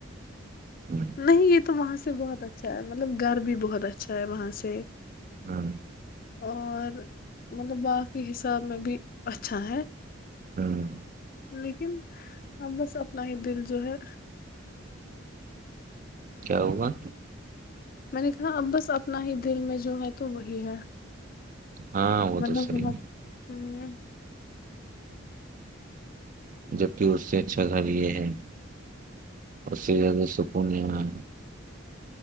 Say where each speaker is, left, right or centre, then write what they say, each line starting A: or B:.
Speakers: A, on the right (about 40°); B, on the left (about 45°).
A: <unintelligible>
B: نہیں یہ تو وہاں سے بہت اچھا ہے مطلب گھر بھی بہت اچھا ہے وہاں سے
A: ہاں
B: اور مطلب باقی حساب میں بھی اچھا ہے
A: ہوں
B: لیکم <unintelligible> ہاں بس اپنا ہی دل جو ہے
A: کیا ہوگا
B: میں نے کہا اب بس اپنا ہی دل میں جو ہے تو وہی ہے
A: ہاں وہ
B: مطلب
A: تو صحیح
B: ہ ہ <inaudible>
A: جبک اس سے اچھا گھر یہ ہے اس سے زیادہ سکونیا ہے